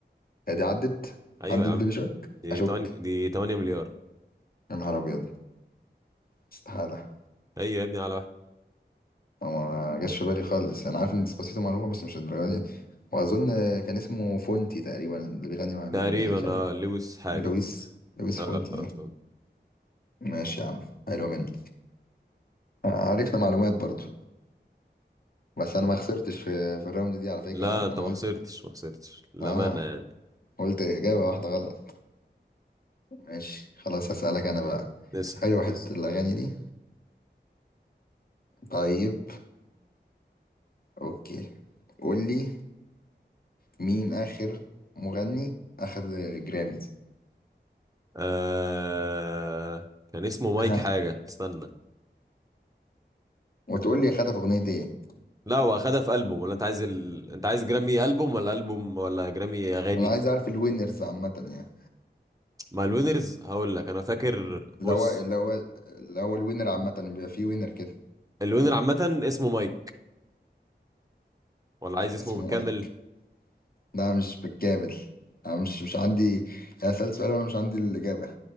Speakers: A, on the left; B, on the right.
A: هي دي عدت
B: ايوه
A: عدت
B: يا عم
A: بيبي شارك
B: دي
A: اشك
B: 8 دي 8 مليار
A: يا نهار ابيض استحاله
B: هي يا ابني على واحد
A: أو ما جاش في بالي خالص انا عارف ان ديسباسيتو معروفه بس مش الدرجه دي واظن كان اسمه فونتي تقريبا اللي بيغني مع بيبا
B: تقريبا
A: دي مش عارف
B: اه لويس حاجه
A: لويس
B: كده
A: لويس
B: اه
A: فونتي
B: آه،
A: إيه؟
B: آه.
A: ماشي يا عم حلو منك آه، عرفنا معلومات برضو بس انا ما خسرتش في في الراوند دي على فكره
B: لا
A: ها؟
B: انت
A: انا
B: ما
A: قلت
B: خسرتش ما خسرتش للامانه
A: اه
B: يعني
A: قلت اجابه واحده غلط ماشي خلاص هسألك أنا بقى
B: نسأل
A: حلو حتة اسأل الأغاني دي طيب أوكي قول لي مين آخر مغني أخد جراميز
B: آه... كان اسمه مايك
A: ها
B: حاجه استنى
A: وتقول لي أخدها في أغنية إيه
B: لا هو اخدها في البوم ولا انت عايز ال... انت عايز جرامي البوم ولا البوم ولا جرامي اغاني
A: أنا عايز أعرف الوينرز عامة يعني
B: ما الوينرز هقول لك انا فاكر
A: اللي
B: بص
A: هو اللي هو اللي هو الوينر عامة بيبقى فيه وينر كده
B: الوينر عامه اسمه مايك ولا عايز اسمه
A: اسمه
B: بالكامل
A: مايك ده مش بالكامل أنا مش مش عندي يعني سألت سؤال وأنا مش عندي الإجابة